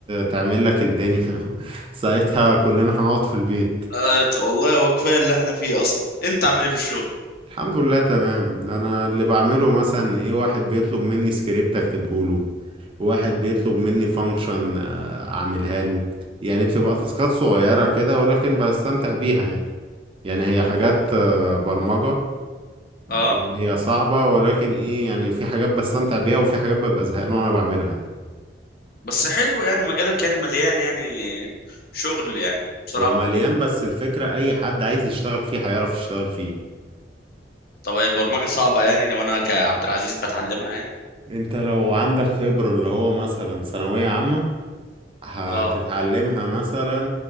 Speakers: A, on the right (about 30°); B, on the left (about 55°).
A: تعمل لك الدنيا <laughs> ساعتها كلنا هنقعد في البيت
B: آه والله هو كفاية اللي احنا فيه اصلا انت عامل ايه في الشغل
A: الحمد لله تمام انا اللي بعمله مثلا ايه واحد بيطلب مني سكريبت اكتبه له واحد بيطلب مني فانكشن اعملها له يعني بتبقى تاسكات صغيرة كده ولكن بستمتع بيها يعني يعني هي حاجات آه، برمجة
B: اه
A: يعني هي صعبة ولكن ايه يعني في حاجات بستمتع بيها وفي حاجات ببقى زهقان وانا بعملها يعني
B: بس حلو يعني مجالك يعني مليان يعني شغل يعني بصراحة
A: هو مليان بس الفكرة اي حد عايز يشتغل فيه هيعرف يشتغل فيه
B: طب هي البرمجة صعبة يعني لو انا كعبد العزيز بتعلمها يعني
A: انت لو عندك خبرة اللي هو مثلا ثانوية عامة هتتعلمها
B: اه
A: مثلا